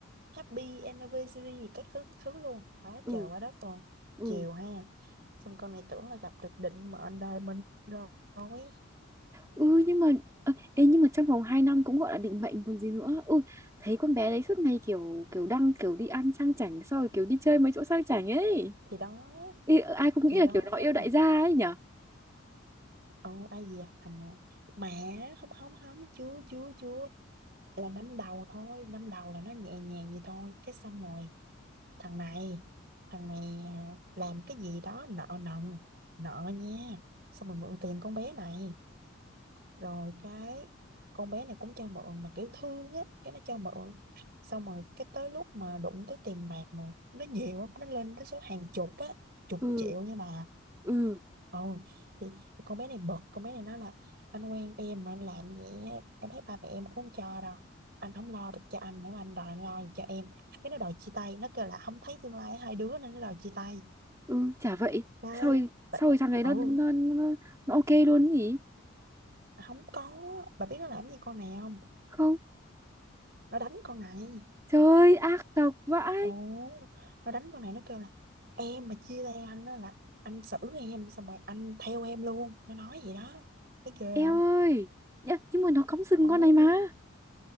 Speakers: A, on the right; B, on the right.
A: happy anniversary các thứ các thứ luôn. Quá
B: ừ
A: trời quá đất luôn.
B: ừ
A: Chiều ha. Xong con này tưởng là gặp được định mệnh đời mình rồi.
B: Ừ nhưng mà ơ, ê, nhưng mà trong vòng 2 năm cũng gọi là định mệnh còn gì nữa. Ui, thấy con bé đấy suốt ngày kiểu kiểu đăng kiểu đi ăn sang chảnh xong rồi kiểu đi chơi mấy chỗ sang chảnh ấy.
A: Thì đó,
B: Ê, ờ, ai cũng
A: thì
B: nghĩ là
A: đó
B: kiểu nó yêu
A: nhưng
B: đại
A: mà
B: gia ấy nhở
A: Ồ, ai về hành à? Mà không không không chưa chưa chưa là năm đầu thôi năm đầu là nó nhẹ nhàng vậy thôi cái xong rồi thằng này thằng này à, làm cái gì đó nợ nần nợ nha xong rồi mượn tiền con bé này rồi cái con bé này cũng cho mượn mà kiểu thương á cái nó cho mượn xong rồi cái tới lúc mà đụng tới tiền bạc mà nó nhiều lắm nó lên tới số hàng chục á chục
B: ừ
A: triệu nha bà
B: ừ
A: Ồ, thì thì con bé này bực, con bé này nói là anh quen em mà anh làm vậy á, em thấy ba mẹ em cũng không cho đâu. Anh không lo được cho anh, nếu mà anh đòi anh lo gì cho em. Cái nó đòi chia tay, nó kêu là không thấy tương lai hai đứa nên nó đòi chia tay.
B: Ừ, chả vậy.
A: Cái,
B: Sau rồi,
A: bà,
B: sau rồi thằng ấy
A: ừ,
B: nó nó nó, nó ok luôn nhỉ?
A: không có, bà biết nó làm gì con này không?
B: Không.
A: Nó đánh con này.
B: Trời ơi, ác độc vãi.
A: Ồ, nó đánh con này, nó kêu là em mà chia tay anh á là anh xử em, xong rồi anh theo em luôn. Nó nói vậy đó, thấy ghê
B: Eo
A: không?
B: ơi. Nhá, nhưng mà nó cắm sừng
A: Ồ,
B: con này mà.